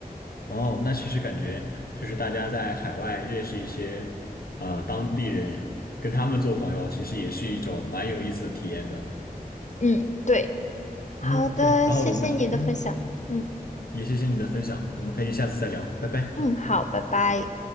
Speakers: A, on the left (about 70°); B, on the left (about 50°).
A: 哦，
B: 对，
A: 那其实感觉就是大家在海外认识一些呃当地人，跟他们做朋友，其实也是一种蛮有意思的体验的。
B: 嗯，对，好的，
A: 嗯，对。然后我们是嗯，
B: 谢谢你的分享。嗯
A: 也谢谢你的分享，我们可以下次再聊，拜拜。
B: 嗯，好，拜拜。